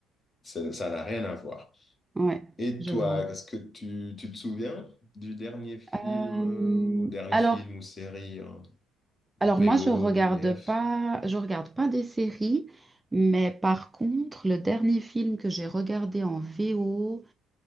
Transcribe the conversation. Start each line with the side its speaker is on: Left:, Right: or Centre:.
Left: c'est- ça n'a rien à voir.
Right: Ouais,
Left: Et
Right: je
Left: toi,
Right: vois.
Left: est-ce que tu, tu te souviens du dernier film
Right: Euh,
Left: euh, ou dernier
Right: alors,
Left: film ou série en VO
Right: Alors moi, je regarde
Left: ou VF?
Right: pas, je regarde pas des séries, mais par contre, le dernier film que j'ai regardé en VO,